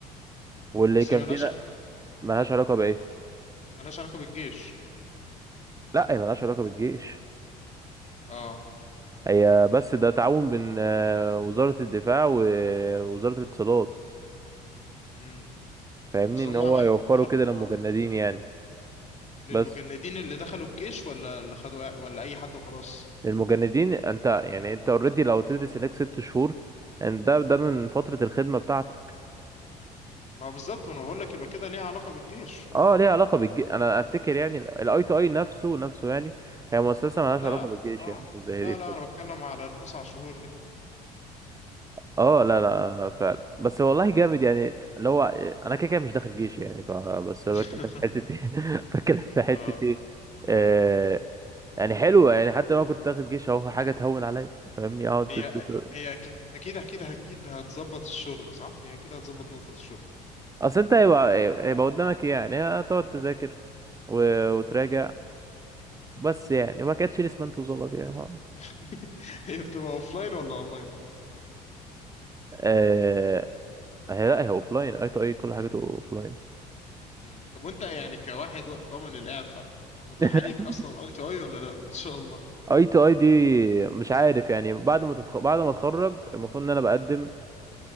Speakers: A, on the right (about 15°); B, on the left (about 35°).
A: واللي
B: بس
A: كان
B: هي ملهاش
A: فينا ملهاش
B: امم
A: علاقة بايه
B: ملهاش علاقة بالجيش
A: لا هي ملهاش علاقة بالجيش
B: اه
A: هي بس ده تعاون بين آه، وزارة الدفاع ووزارة الاتصالات
B: امم
A: فاهمني
B: اصل
A: ان
B: هم
A: هو
B: ح...
A: يوفروا
B: ح...
A: كده للمجندين
B: آه.
A: يعني
B: للمجندين
A: بس
B: اللي دخلوا الجيش ولا اللي خدوا ولا اي حد وخلاص
A: للمجندين انت يعني انت اوريدي لو تدرس هناك ست شهور ان ده ده من فترة الخدمة بتاعتك
B: ما هو بالظبط انا بقول لك يبقى كده ليها علاقة بالجيش
A: اه ليها علاقة بالجيش انا افتكر يعني الاي تو اي نفسه نفسه يعني هي مؤسسة مالهاش
B: لا
A: علاقة بالجيش
B: اه
A: يعني قصدي هي
B: لا
A: دي الفكرة.
B: لا انا بتكلم على التسع شهور دي
A: اه لا لا
B: مم.
A: فعلا بس والله جامد يعني اللي هو انا كده كده مش داخل جيش يعني ف- بس
B: <laughs>
A: بتكلم في حتة ايه <laughs> بتكلم في حتة
B: اه
A: ايه آه يعني حلوة يعني حتى لو أنا كنت داخل جيش اهو حاجة تهون عليا فاهمني اقعد
B: هي
A: ست شهور
B: هي أك- اكيد اكيد اكيد هتظبط الشغل صح هي اكيد هتظبط نقطة الشغل
A: اصل انت هيبقى هيبقى قدامك إيه يعني هتقعد تذاكر و... وتراجع
B: مم.
A: بس يعني وما كانتش لسه ما انت وظبط يعني ها.
B: <laughs> هي بتبقى اوفلاين ولا اونلاين
A: آه... هي لا هي اوف لاين اي تو اي كل حاجته اوف لاين
B: مم. طب وانت يعني كواحد ضامن الاعفاء متاحة
A: <laughs>
B: ليك اصلا اي تو اي ولا لا <laughs> ان شاء الله
A: اي تو اي دي مش عارف يعني بعد ما تتخ... بعد ما اتخرج المفروض ان انا بقدم